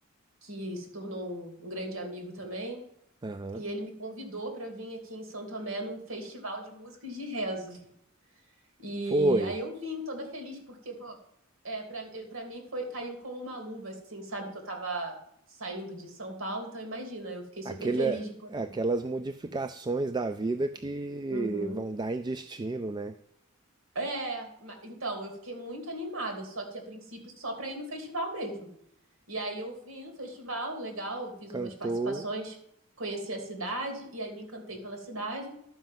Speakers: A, on the right (about 70°); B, on the right (about 20°).
A: que se tornou um, um grande amigo também.
B: Aham.
A: E ele me convidou para vir aqui em São Tomé num festival de músicas de rezo. E
B: Foi.
A: aí eu vim toda feliz, porque, pô, é, pra, é, pra mim foi, caiu como uma luva, assim, sabe? Que eu tava saindo de São Paulo, então imagina, eu fiquei super
B: Aquele,
A: feliz de poder.
B: aquelas modificações da vida que
A: Uhum.
B: vão dar em destino, né?
A: É, ma- então, eu fiquei muito animada, só que a princípio só pra ir no festival mesmo. E aí eu vim no festival, legal, fiz
B: Cantou.
A: umas participações, conheci a cidade, e aí me encantei pela cidade.